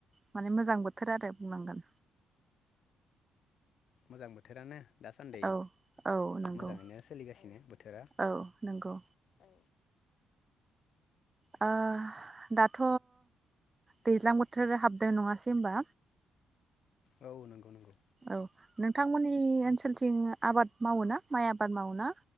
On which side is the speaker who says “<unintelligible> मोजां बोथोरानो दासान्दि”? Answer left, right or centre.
Left